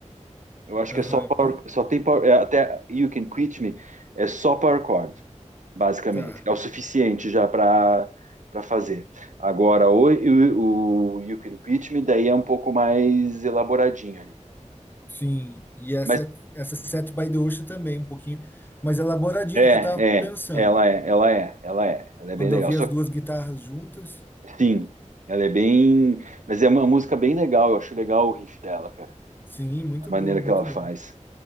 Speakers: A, on the right (about 80°); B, on the left (about 15°).
A: Eu acho
B: Aham.
A: que é só power, só tem power, é, até You Can Quit Me é só power chord, basicamente.
B: Tá.
A: É o suficiente já para para fazer. Agora o, o, o You Can Quit Me daí é um pouco mais elaboradinho ali.
B: Sim. E essa,
A: Mas
B: essa Set by the Ocean também, um pouquinho mais elaboradinha
A: é,
B: do que eu tava pensando.
A: é, ela é, ela é, ela é, ela é bem
B: Quando
A: legal.
B: eu vi
A: Só
B: as
A: que,
B: duas guitarras juntas.
A: sim, ela é bem, mas é uma música bem legal, eu acho legal o riff dela, cara,
B: Sim, muito
A: a maneira
B: bom, muito
A: que ela
B: bom.
A: faz.